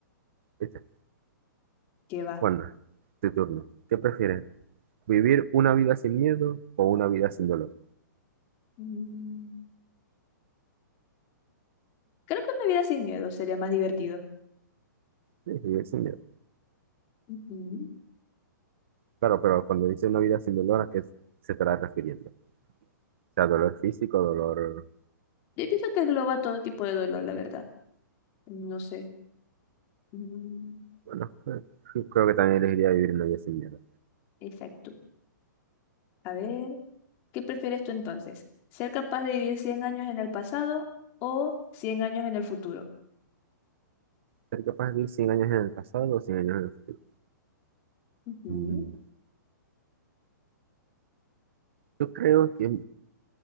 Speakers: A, on the right; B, on the left.
A: Dice,
B: ¿Qué va?
A: Juana, tu turno. ¿Qué prefieres? ¿Vivir una vida sin miedo o una vida sin dolor?
B: Mm, Creo que una vida sin miedo sería más divertido.
A: Sí, vivir sin miedo.
B: Ujú.
A: Claro, pero cuando dice una vida sin dolor, ¿a qué se estará refiriendo? O sea, dolor físico, dolor...
B: Yo pienso que engloba todo tipo de dolor, la verdad. No sé. Mm,
A: Bueno, eh, yo creo que también elegiría vivir una vida sin miedo.
B: Exacto. A ver, ¿qué prefieres tú entonces? ¿Ser capaz de vivir 100 años en el pasado o 100 años en el futuro?
A: ¿Ser capaz de vivir 100 años en el pasado o 100 años en el futuro?
B: Ujú.
A: Mm, Yo creo que,